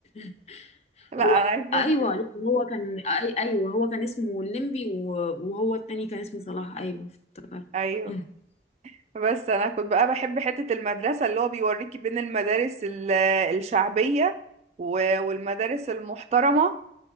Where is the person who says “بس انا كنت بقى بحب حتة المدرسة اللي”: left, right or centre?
Right